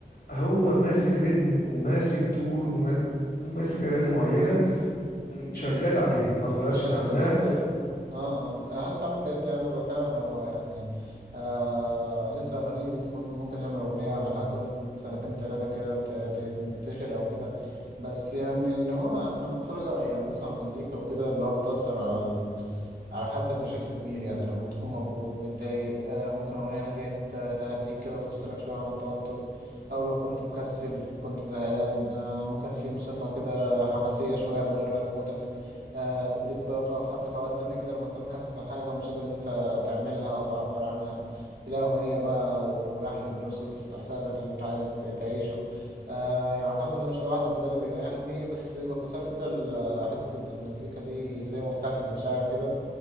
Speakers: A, on the left; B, on the right.
A: هو ماسك ريتم وماسك تون وما- وماسك اغاني معينه
B: آه.
A: شغال عليها ما اتغيرش
B: هي
A: من
B: حتة
A: عنها
B: برضه اه اه هي حتة عمرو دياب ده يعني بقى فعلا هو يعني آه لسه أغانيه بتكون ممكن يعمل أغنية ولا حاجة كل سنتين تلاتة كده ت- ت- تنتشر أو كده بس يعني اللي هو احنا بنتفرج يعني بنسمع مزيكا وكده اللي هو بتأثر على ال... على حالتك بشكل كبير يعني لما تكون مضغوط متضايق آه ممكن أغنية هادية ت- تهديك كده وتفصلك شوية عن التوتر أو لو كنت مكسل كنت زهقان آه ممكن في موسيقى كده حماسية شوية تغير لك مودك آه، تديك طاقة حتى في أوقات تانية كده لما تكون حاسس بحاجة ومش قادر أنت تعملها وتعبر عنها تلاقي أغنية بقى ولحن بيوصف إحساسك اللي أنت عايز ت- تعيشه آه يعني أعتقد إن أنا مش لوحدي إن ده اللي بيريحني بس باختصار كده ال- حتة المزيكا دي زي مفتاح للمشاعر كده